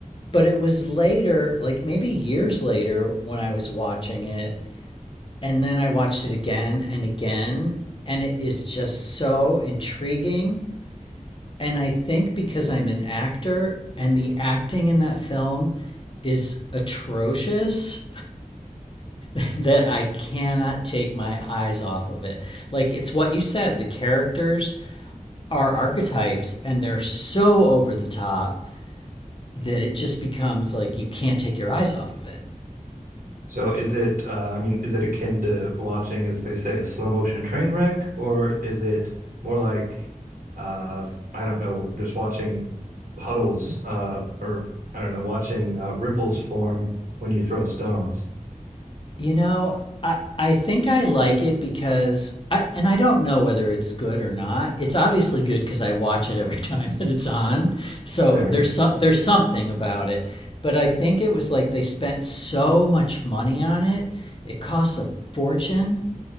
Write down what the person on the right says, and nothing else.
So is it, uh, I mean, is it akin to watching, as they say, a slow motion train wreck, or is it more like, uh, I don't know, just watching puddles, uh, or I don't know, watching uh, ripples form when you throw stones?
Fair.